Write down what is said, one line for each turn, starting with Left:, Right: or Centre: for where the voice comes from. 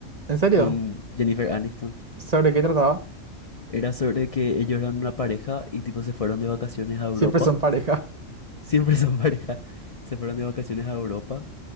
Right: ¿En serio?
Left: con Jennifer Aniston.
Right: ¿Sobre qué trataba?
Left: Era sobre que ellos eran una pareja y tipo se fueron de vacaciones a Europa.
Right: Siempre son pareja.
Left: Siempre son <laughs> pareja. Se fueron de vacaciones a Europa